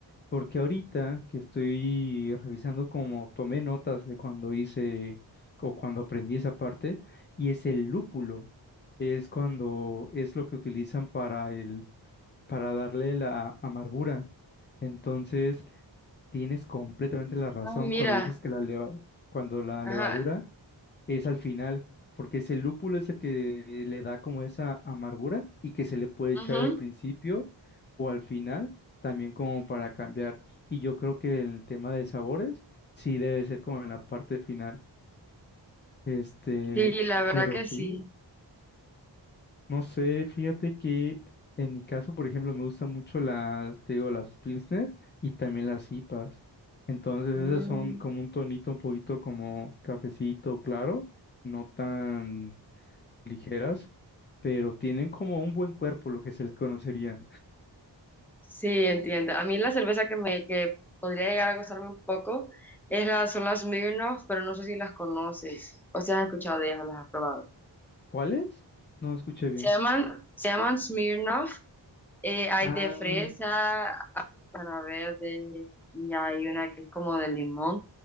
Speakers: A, on the left; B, in the centre.
A: porque ahorita que estoy revisando como tomé notas de cuando hice o cuando aprendí esa parte, y es el lúpulo, es cuando es lo que utilizan para el, para darle la amargura. Entonces, tienes completamente la razón
B: Ah, mira,
A: cuando dices que la leva- cuando la
B: ajá.
A: levadura es al final, porque ese lúpulo es el que le da como esa amargura y que se le puede echar
B: ujú.
A: al principio o al final, también como para cambiar. Y yo creo que el tema de sabores sí debe ser como en la parte final. Este,
B: Sí, la verdad
A: pero
B: que
A: sí,
B: sí.
A: no sé, fíjate que en mi caso, por ejemplo, me gustan mucho las, te digo, las Pilsner y también las IPAs. Entonces
B: Mm,
A: esas son como un tonito un poquito como cafecito claro, no tan ligeras pero tienen como un buen cuerpo, lo que se le conocería.
B: Sí, entiendo. A mí la cerveza que me que podría llegar a gustarme un poco es la, son las Smirnoff, pero no sé si las conoces o si has escuchado de ellas o las has probado.
A: ¿Cuáles? No escuché bien.
B: Se llaman, se llaman Smirnoff Eh, hay
A: Ah,
B: de fresa, hay para verde y hay una que es como de limón.